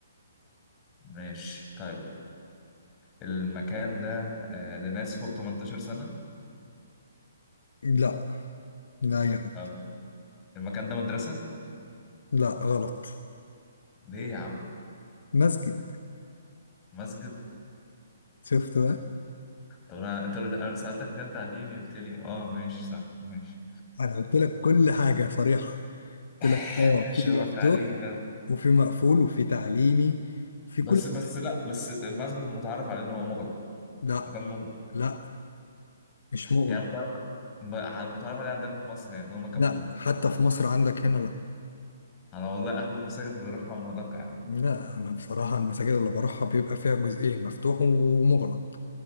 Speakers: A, on the left; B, on the left.
A: ماشي طيب المكان ده آه... لناس فوق 18 سنة
B: لا لا يا حد
A: آه... المكان ده مدرسة
B: لا غلط
A: ليه يا عم
B: مسجد
A: مسجد
B: شفت بقى
A: طب أنا أنت قلت- أنا سألتك مكان تعليمي قلت لي أه ماشي صح ماشي
B: انا قلت لك كل حاجه صريحه قلت
A: <laughs>
B: لك اه
A: <sighs> ماشي
B: في
A: هو
B: مفتوح
A: التعليم
B: وفي مقفول وفي تعليمي في
A: بس
B: كل
A: بس لا بس المسجد المتعارف عليه ان هو مغلق
B: لا
A: مكان مغلق
B: لا مش مغلق
A: يعني متعارف المتعارف عليه عندنا في مصر يعني ان هو مكان
B: لا
A: مغلق
B: حتى في مصر عندك هنا لا
A: انا والله اغلب المساجد اللي بروحها مغلقه يا عم
B: لا انا بصراحه المساجد اللي بروحها بيبقى فيها جزئين مفتوح ومغلق